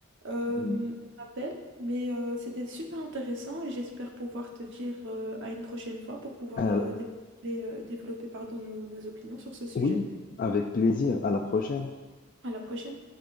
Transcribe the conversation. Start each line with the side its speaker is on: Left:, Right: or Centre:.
Right: Euh,
Left: hmm.
Right: on m'appelle, mais euh, c'était super intéressant et j'espère pouvoir te dire euh, à une prochaine fois pour pouvoir
Left: À
Right: euh,
Left: la-
Right: développer, euh, développer, pardon, nos nos opinions sur ce sujet.
Left: oui, avec plaisir. À la prochaine.
Right: À la prochaine.